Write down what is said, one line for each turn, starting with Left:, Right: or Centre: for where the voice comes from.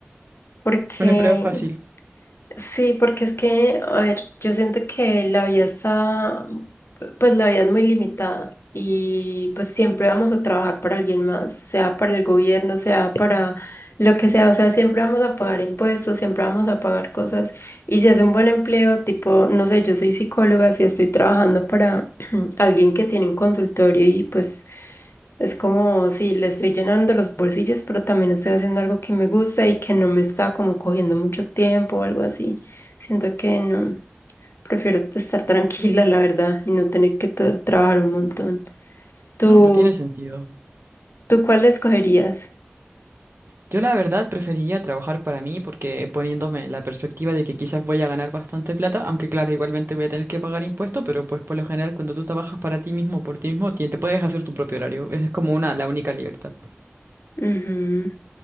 Left: porque
Right: Un empleo fácil.
Left: Sí, porque es que, a ver, yo siento que la vida está, pues la vida es muy limitada y pues siempre vamos a trabajar para alguien más, sea para el gobierno, sea para lo que sea, o sea, siempre vamos a pagar impuestos, siempre vamos a pagar cosas y si es un buen empleo, tipo, no sé, yo soy psicóloga, si estoy trabajando para <clears throat> alguien que tiene un consultorio y pues... Es como si le estoy llenando los bolsillos, pero también estoy haciendo algo que me gusta y que no me está como cogiendo mucho tiempo o algo así. Siento que no, prefiero estar tranquila, la verdad, y no tener que tra- trabajar un montón. ¿Tú,
Right: No, pues tiene sentido.
Left: tú cuál escogerías?
Right: Yo la verdad preferiría trabajar para mí porque poniéndome la perspectiva de que quizás voy a ganar bastante plata, aunque claro, igualmente voy a tener que pagar impuestos, pero pues por lo general cuando tú trabajas para ti mismo, por ti mismo, ti- te puedes hacer tu propio horario. Esa es como una, la única libertad.
Left: Ujú,